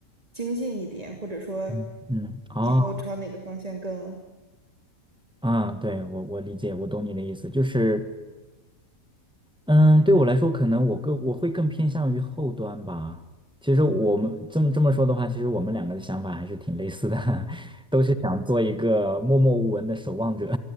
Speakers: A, on the right; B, in the centre.
A: 精进一点，或者说
B: 嗯嗯，哦，
A: 以后朝哪个方向更，
B: 啊，对，我我理解，我懂你的意思，就是，嗯，对我来说，可能我更我会更偏向于后端吧。其实我们这么这么说的话，其实我们两个的想法还是挺类似的，<laughs> 都是想做一个默默无闻的守望者。